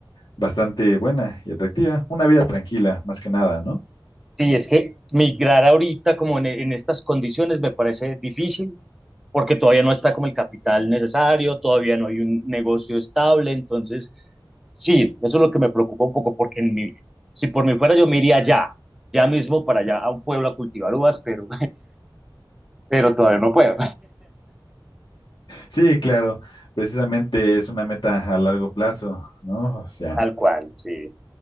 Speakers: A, on the left (about 65°); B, in the centre.
A: bastante buena y atractiva, una vida tranquila, más que nada, ¿no?
B: Sí, es que migrar ahorita como en, en estas condiciones me parece difícil porque todavía no está como el capital necesario, todavía no hay un negocio estable, entonces sí, eso es lo que me preocupa un poco porque en mí, si por mí fuera yo me iría ya, ya mismo para allá a un pueblo a cultivar uvas, pero, <laughs> pero todavía no puedo.
A: Sí, claro, precisamente es una meta a largo plazo, ¿no? O
B: <laughs>
A: sea,
B: Tal cual, sí.